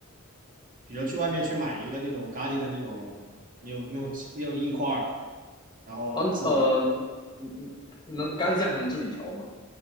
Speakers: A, on the right; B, on the left.
A: 比如去外面去买一个那种咖喱的那种，那种那种那种硬块儿，然后自己
B: 呃，嗯嗯，嗯那咖喱酱还能自己调吗？